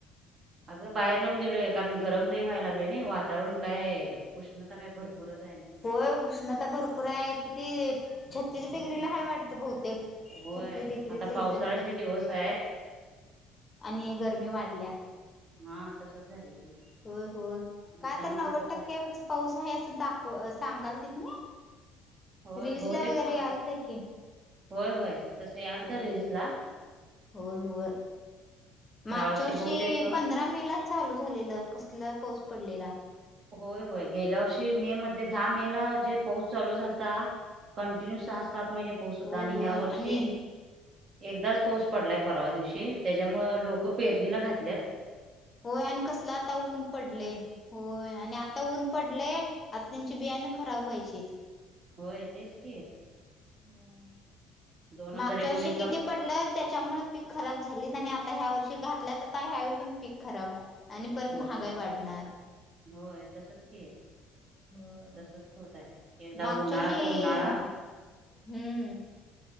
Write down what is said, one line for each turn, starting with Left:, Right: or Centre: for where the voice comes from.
Right: अगं बाहेर लावून दिलोय... कारण गरम लई व्हायला लागलय ना... हे वातावरण काय ए. उष्णता काय भरपूरच ए आणि.
Left: होय... उष्णता भरपूर आहे... किती... छत्तीस डिग्रीला हाय वाटतं बहुतेक
Right: होय...
Left: छत्तीस डिग्री
Right: आता
Left: सेल्सिअसला
Right: पावसाळ्याचे दिवस हायेत.
Left: आणि गरमी वाढल्या.
Right: हा... तसंच झालंय की.
Left: होय होय...
Right: म्हणताना
Left: काय तर नव्वद
Right: म्हटलं
Left: टक्केच
Right: बाहेर
Left: पाऊस हाये असं दाखव... सांगाल तिथ नं.
Right: होय
Left: रील्सला
Right: बहुतेक
Left: वगैरे
Right: सांग
Left: आलतं की
Right: होय होय.... तसं यालतं
Left: हो
Right: रिल्सला
Left: होय होय मागच्या
Right: ह्या
Left: वर्षी
Right: बहुतेक
Left: पंधरा मे लाच चालू झालेलं... कसला पाऊस पडलेला
Right: होय होय... गेल्या वर्षी मे मध्ये... दहा मे ला जे पाऊस चालू झालता कंटिन्यू सहा सात महिने पाऊस होता
Left: होय
Right: आणि
Left: होय
Right: ह्या वर्षी
Left: आणि
Right: एकदाच पाऊस पडलाय परवा दिवशी त्याच्यामुंळं, लोकं पेरणीला घातलेत.
Left: होय आणि कसलं आता ऊन पडले.... होय... आणि आता ऊन पडलेय आता त्यांची बियाणं खराब व्हायचीत.
Right: होय... तेच की.
Left: होय....
Right: दोन हजार
Left: मागच्या
Right: एकोणीस
Left: वर्षी किती
Right: ला
Left: पडलत त्याच्यामुळे पीक खराब झालीत आणि आता ह्या वर्षी घातल्या तर आता ह्यावेळी पण पीक खराब. आणि परत
Right: होय
Left: महागाई वाढणार.
Right: होय तसंच की.
Left: होय
Right: तसंच होत ए... एकदा
Left: मागच्या
Right: उन्हाळा
Left: वर्षी
Right: तर उन्हाळा
Left: हम्म